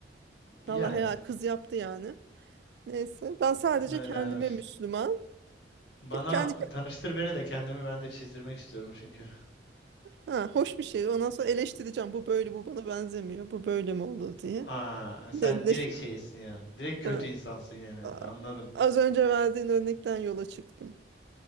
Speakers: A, on the right; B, on the left.
A: Vallahi
B: Yani
A: ya kız yaptı yani. Neyse ben sadece
B: helal
A: kendime
B: olsun.
A: Müslüman.
B: Bana
A: Ke- Kendi ke-
B: tanıştır beni de kendimi ben de çizdirmek istiyorum çünkü.
A: ha, hoş bir şey. Ondan sonra eleştireceğim. Bu böyle bu bana benzemiyor. Bu böyle mi olur diye.
B: Aa,
A: Ne,
B: sen
A: ne,
B: direkt
A: şey-
B: şeysin ya. Direkt
A: ha,
B: kötü insansın yani.
A: a-
B: Anladım.
A: az önce verdiğin örnekten yola çıktım.